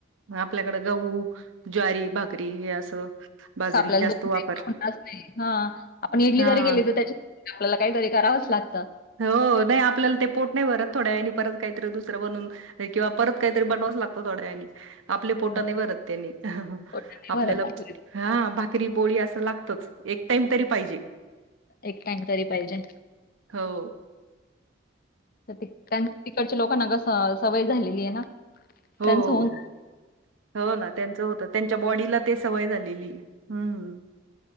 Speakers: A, on the right; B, on the left.
A: आपल्याकडे गहू, ज्वारी भाकरी हे असं बाजरी
B: तस आपल्याला
A: जास्त
B: दोन
A: वापर
B: टाईम तर होणारच नाय, हा आपण इडली
A: हा.
B: जरी केली तर त्याच्या आपल्याला काहीतरी करावच लाग
A: हो, नाही आपल्याला ते पोट नाही भरत, थोड्यावेळानी परत काहीतरी दुसरं बनवुन किंवा परत काहीतरी बनवावच लागतं थोड्यावेळानी. आपल्या पोटा
B: हां,
A: नाय भरत त्यानी,
B: पोटात
A: आपल्याला
B: नाही भरत आपल्या
A: हा भाकरी पोळी असं लाग तच एक टाईम तरी पाहिजे.
B: एक टाईम तरी पाहिजे.
A: हो.
B: तर त्या तिकडच्या लोकांना कसं सवय झालेली आहे ना.
A: हो
B: त्यांचं
A: हो
B: होऊन
A: हो, हो ना त्यांचं होतं त्यांच्या बॉडीला ते सवय झालेली. हम्म.